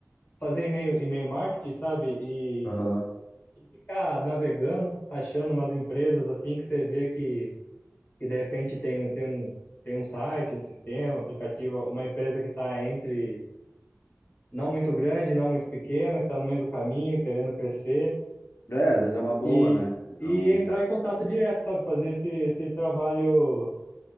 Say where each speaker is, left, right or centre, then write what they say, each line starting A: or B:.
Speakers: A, on the left; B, on the left.
A: fazer e-mail, e-mail marketing, sabe? E,
B: aham.
A: e ficar navegando, achando umas empresas assim que você vê que e de repente tem, um- tem um, tem um site, um sistema, um aplicativo, uma empresa que está entre não muito grande, não muito pequena, que está no meio do caminho, querendo crescer,
B: É, às vezes é uma boa,
A: e,
B: né? Então,
A: e entrar em contato direto, sabe? Fazer esse, esse trabalho,